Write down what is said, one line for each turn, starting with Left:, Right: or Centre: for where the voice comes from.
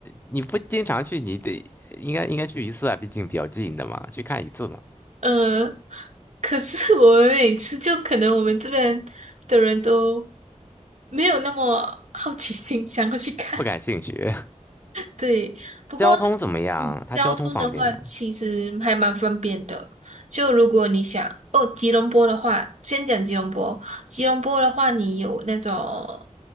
Left: 你不经常去，你得应该应该去一次啊，毕竟比较近的嘛，去看一次嘛。
Right: 呃，可是我们每次就可能我们这边的人都没有那么好奇心想要去看，
Left: 不感兴趣。
Right: 对，
Left: <laughs>
Right: 不过
Left: 交通怎么样？
Right: 嗯交通的话，
Left: 它交通方便吗？
Right: 其实还蛮方便的。就如果你想哦，吉隆坡的话，先讲吉隆坡。吉隆坡的话，你有那种